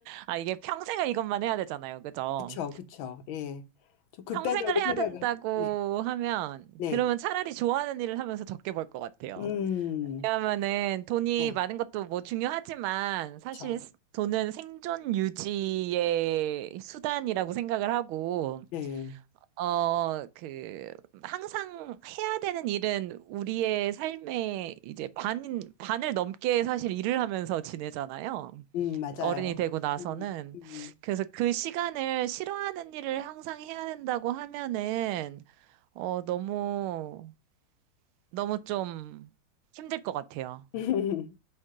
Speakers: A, on the right; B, on the left.
A: 아, 이게 평생을 이것만 해야 되잖아요. 그죠?
B: 그쵸, 그쵸. 예. 좀 극단적으로
A: 평생을 해야
B: 생각을,
A: 된다고
B: 네.
A: 하면,
B: 네.
A: 그러면 차라리 좋아하는 일을 하면서 적게 벌 것 같아요.
B: 음,
A: 왜냐하면은 돈이
B: 네.
A: 많은 것도 뭐 중요하지만, 사실
B: 그쵸.
A: 돈은 생존 유지의 수단이라고 생각을 하고,
B: 네.
A: 어, 그, 항상 해야 되는 일은 우리의 삶의 이제 반, 반을 넘게 사실 일을 하면서 지내잖아요.
B: 음, 맞아요.
A: 어른이 되고 나서는.
B: 음, 음.
A: 그래서 그 시간을 싫어하는 일을 항상 해야 된다고 하면은, 어, 너무, 너무 좀 힘들 것 같아요.
B: <laughs>